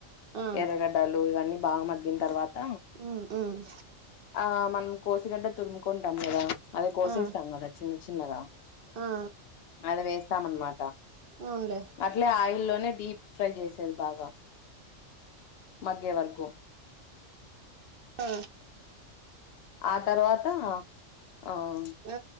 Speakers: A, on the right; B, on the left.
A: ఆ
B: ఎర్రగడ్డాలు ఇవన్నీ బాగా మగ్గిన తర్వాత
A: ఉమ్ ఉమ్
B: ఆ మనం కోసిగడ్డ తురుముకుంటాం గద అదే కోసేస్తంగద
A: ఆ
B: చిన్న చిన్నగా
A: ఆ
B: అది వేస్తామనమట అ
A: అవునులే
B: అట్లే ఆయిల్లోనే డీప్ ఫ్రై చేసేది బాగా మగ్గే వరకు
A: ఆ
B: ఆ తర్వాత ఉమ్
A: ఆ